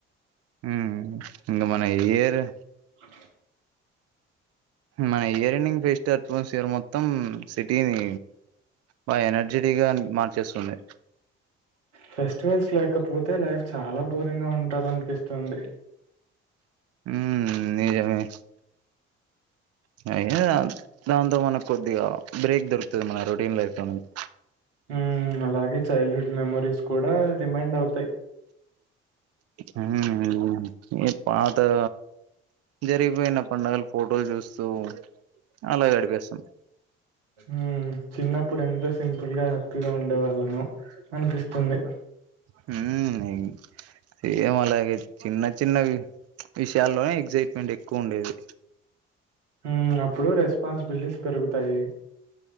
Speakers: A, on the right (about 45°); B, on the right (about 80°).
A: ఊ ఇంగ మన ఏరు
B: అ
A: మన ఇయర్ ఎండింగ్ ఫెస్టు అట్మాోస్ఫియర్ మొత్తం సిటీనీ బాగా ఎనర్జెటీగా మార్చేస్తుంది
B: ఫెస్టివల్స్ లేకపోతే లైఫ్ చాలా బోరింగ్ గా ఉంటదన్పిస్తుంది
A: ఊ నిజమే <unintelligible> దాంతో మనక్ కొద్దిగా బ్రేక్ దొరుకుతది మన రొటీన్ లైఫ్ లోనుంచి
B: ఊ అలాగే చైల్డ్ హుడ్ మెమరీస్ కూడా రిమైండ్ అవుతాయ్
A: ఉహూ ఏత్ పాతా జరిగిపోయిన పండగల ఫోటోల్ జూస్తూ అలాగ గడిపేస్తం
B: ఊ చిన్నప్పుడు ఎంత సింపుల్ గా హ్యప్పీగ ఉండే వాళ్ళమో అనిపిస్తుంది
A: హూన్నాయ్ ఏమో అలాగే చిన్న చిన్నవి విషయాల్లోనే ఎక్సైట్ మెంట్ ఎక్కువ ఉండేది
B: హూ అప్పుడు రెస్పాన్సిబిల్టీస్ పెరుగుతాయి